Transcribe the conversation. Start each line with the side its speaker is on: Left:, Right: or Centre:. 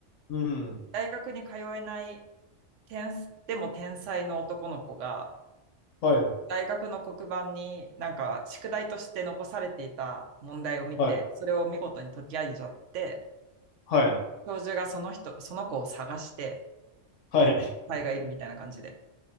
Left: うん。
Right: 大学に通えない天す、でも天才の男の子が、
Left: はい。
Right: 大学の黒板になんか宿題として残されていた問題を見て、
Left: はい。
Right: それを見事に解き上げちゃって、
Left: はい。
Right: 教授がその人、その子を探して、
Left: はい。
Right: 才がいるみたいな感じで。